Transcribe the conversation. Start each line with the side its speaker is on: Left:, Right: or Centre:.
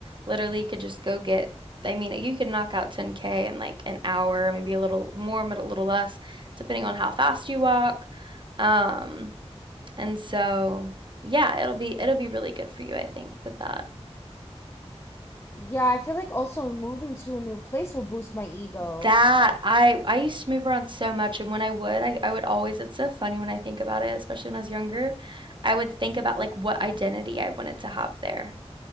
Right: Literally, you could just go get, I mean, you could knock out 10K in like an hour, maybe a little more, but a little less, depending on how fast you walk. Um, And so, yeah, it'll be it'll be really good for you, I think, with that.
Left: Yeah, I feel like also moving to a new place will boost my ego.
Right: That I I used to move around so much, and when I would, I, I would always, it's so funny when I think about it, especially when I was younger, I would think about like what identity I wanted to have there.